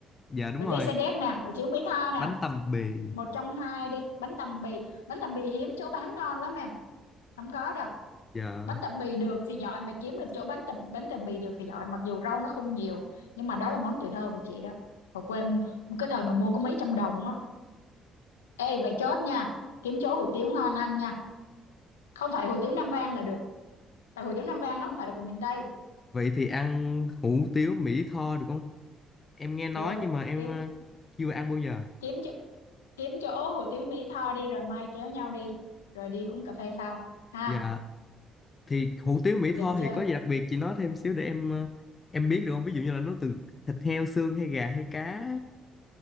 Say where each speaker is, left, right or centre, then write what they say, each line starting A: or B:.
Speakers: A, on the left (about 30°); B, on the left (about 75°).
A: dạ đúng
B: Hủ
A: rồi
B: tiếu sa đéc nè. Hủ tiếu Mỹ Tho nè.
A: bánh tằm bì
B: Một trong hai đi. Bánh tằm bì. Bánh tằm bì hiếm chỗ bán ngon lắm em. Không có đâu.
A: dạ
B: Bánh tằm bì được thì giỏi. Mà kiếm được chỗ bánh tằm, bánh tằm bì được thì giỏi. Mặc dù rau nó không nhiều. Nhưng mà đó là món tuổi thơ của chị đó. Hồi quê em- một cái thời mà mua có mấy trăm đồng á Ê vậy chốt nha Kiếm chỗ hủ tiếu ngon ăn nha Không phải hủ tiếu Nam Vang là được Tại hủ tiếu Nam Vang nó không phải là của miền Tây
A: vậy thì ăn hủ tiếu Mỹ Tho được không em nghe nói
B: Được
A: nhưng mà em
B: Kiếm
A: ờ, chưa ăn bao giờ
B: kiếm chỗ, kiếm chỗ hủ tiếu Mỹ Tho đi Rồi mai kéo nhau đi Rồi đi uống cà phê sau Ha
A: dạ thì hủ tiếu Mỹ Tho
B: Được chưa
A: thì có gì đặc biệt chị nói thêm xíu để em ờ, em biết được không ví dụ như là nó từ thịt heo xương hay gà hay cá